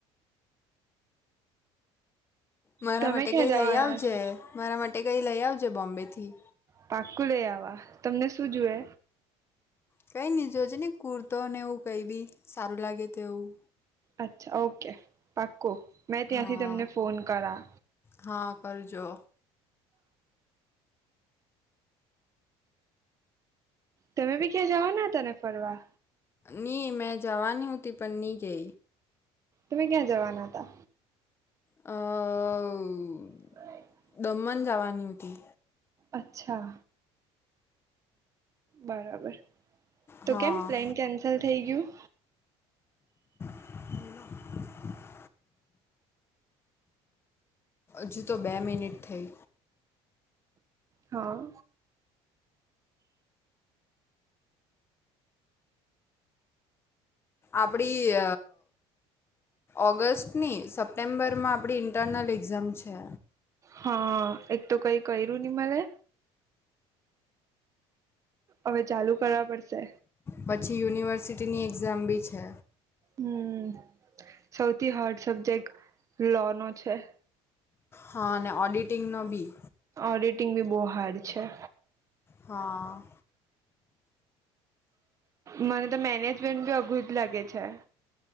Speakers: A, on the left (about 20°); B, on the right (about 30°).
A: મારા
B: તમે
A: માટે
B: ક્યાં
A: કંઈ
B: જવાના
A: લઈ આવજે.
B: છો
A: મારા માટે કંઈ લઈ આવજે બોમ્બેથી.
B: પાક્કુ લઈ આવા. તમને શું જુવે?
A: કંઈ નહીં, જોજે ને કુર્તો ને એવું કંઈ બી સારું લાગે તો એવું.
B: અચ્છા ઓકે પાક્કુ મેં ત્યાંથી
A: હા
B: તમને ફોન કરા
A: હા કરજો
B: તમે બી ક્યાં જવાના હતા ને ફરવા
A: ની મેં જવાનીહતી પણ ની જય
B: તમે ક્યાં જવાના હતા
A: હમ્મ
B: <unintelligible>
A: દમન જાવાની હતી
B: અચ્છા બરાબર તો
A: હા
B: કેમ પ્લેન કેન્સલ થઈ ગયું
A: <unintelligible> હજુ તો બે મિનિટ થઈ
B: હા
A: અપડી ઓગસ્ટની સપ્ટેમ્બર માં આપણી ઇન્ટરનલ એક્ઝામ છે
B: હા એક તો કઈ કઇરું નહી મને હવે ચાલુ કરવા પડશે
A: પછી યુનિવર્સિટીની એક્ઝામ બી છે
B: હમ્મ સૌથી હાર્ડ સબ્જેક્ટ લો નો છે
A: હા અને ઓડિટિંગનો બી
B: ઓડિટિંગ ભી બહુ હાર્ડ છે
A: હા
B: મને તો મેનેજમેન્ટ બી અઘું જ લાગે છે